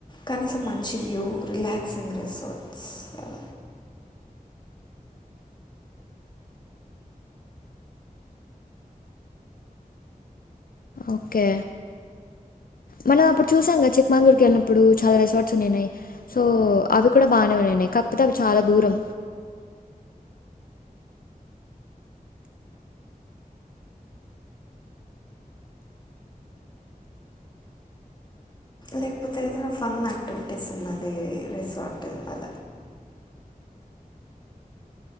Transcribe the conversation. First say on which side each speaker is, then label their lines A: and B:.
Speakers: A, on the left; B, on the left.
A: కనీసం మంచి వ్యూ రిలాక్సింగ్ రిసార్ట్స్ అల
B: ఓకే మనం అప్పుడు చూసాం గద చిక్మంగూర్ కెళ్ళినప్పుడు చాలా రిసార్ట్స్ ఉన్నిన్నయ్ సో అవి కూడా బానే ఉన్నిన్నయ్ కాకపోతే అవి చాలా దూరం
A: లేకపోతే ఏదైనా ఫన్ యాక్టివిటీస్ ఉన్నది రిసార్ట్ అల